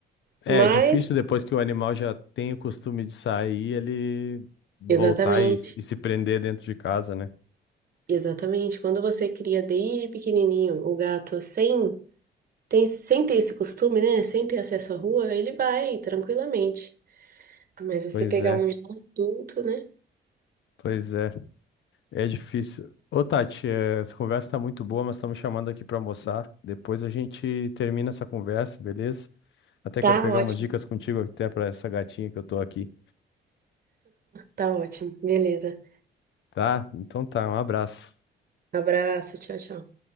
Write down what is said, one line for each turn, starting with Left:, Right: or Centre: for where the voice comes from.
Left: É,
Right: Mas,
Left: é difícil depois que o animal já tem o costume de sair, ele voltar
Right: exatamente,
Left: e, s- e se prender dentro de casa, né?
Right: exatamente. Quando você cria desde pequenininho o gato sem, tem, sem ter esse costume, né? Sem ter acesso à rua, ele vai tranquilamente. Mas você
Left: Pois
Right: pegar
Left: é,
Right: um já adulto, né?
Left: pois é, é difícil. Ô, Tati, é, essa conversa tá muito boa, mas estamos chamando aqui pra almoçar. Depois a gente termina essa conversa, beleza? Até
Right: Tá
Left: quero pegar
Right: ótimo,
Left: umas dicas contigo até para essa gatinha que eu tô aqui,
Right: tá ótimo. Beleza.
Left: tá? Então tá, um abraço.
Right: Abraço, tchau, tchau.